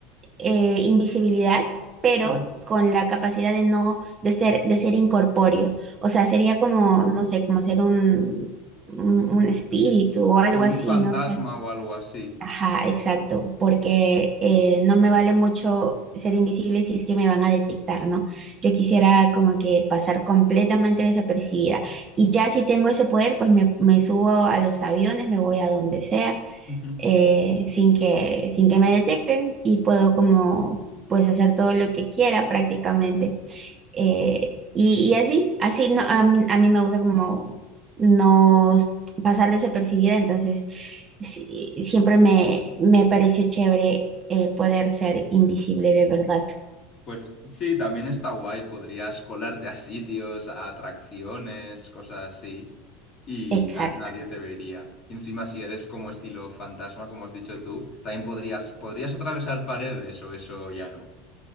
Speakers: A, on the right (about 20°); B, on the left (about 30°).
A: eh, invisibilidad, pero
B: Mm,
A: con la capacidad de no, de ser, de ser incorpóreo. O sea, sería como, no sé, como ser un, un un espíritu o algo
B: Como
A: así,
B: un fantasma
A: no sé.
B: o algo así.
A: Ajá, exacto, porque eh, no me vale mucho ser invisible si es que me van a detectar, ¿no? Yo quisiera como que pasar completamente desapercibida. Y ya si tengo ese poder, pues me, me subo a los aviones, me voy a donde sea,
B: <laughs>
A: eh, sin que, sin que me detecten y puedo como, pues hacer todo lo que quiera prácticamente. Eh, y, y así, así no, a mí, a mí me gusta como no pasar desapercibida, entonces sí, siempre me, me pareció chévere eh, poder ser invisible de verdad.
B: Pues sí, también está guay, podrías colarte a sitios, a atracciones, cosas así, y
A: Exacto.
B: na- nadie te vería. Y encima si eres como estilo fantasma, como has dicho tú, también podrías, podrías atravesar paredes o eso ya no.